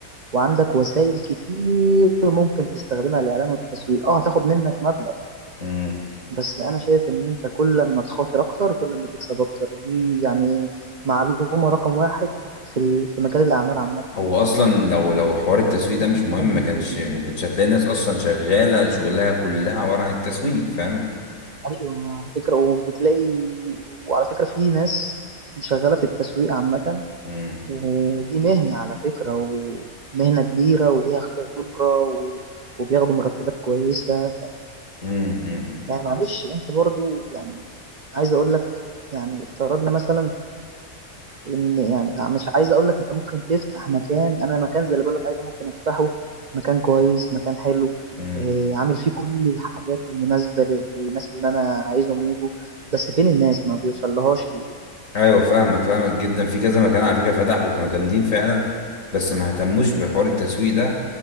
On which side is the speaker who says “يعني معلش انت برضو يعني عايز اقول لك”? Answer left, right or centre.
Right